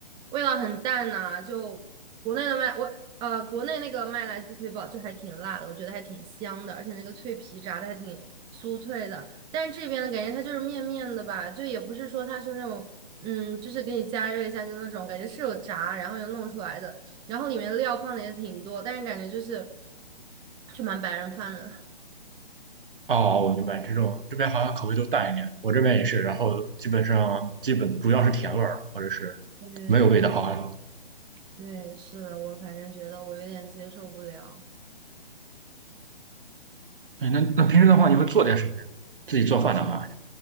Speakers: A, on the right; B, on the right.
A: 味道很淡呐、就国内的卖我呃国内那个麦来鸡腿堡就还挺辣的，我觉得还挺香的，而且那个脆皮炸的还挺酥脆的。但是这边的感觉它就是面面的吧，就也不是说它是那种嗯，就是给你加热一下就那种感觉是有炸，然后又弄出来的，然后里面料放的也挺多，但是感觉就是就蛮白人饭的。
B: 哦，我明白，这种这边好像口味都淡一点，我这边也是，然后基本上基本主要是甜味儿，或者是
A: 对对
B: 没有味道，好像。
A: 对，是的，我反正觉得我有点接受不了。
B: 哎那那平时的话，你会做点什么呀？自己做饭的话，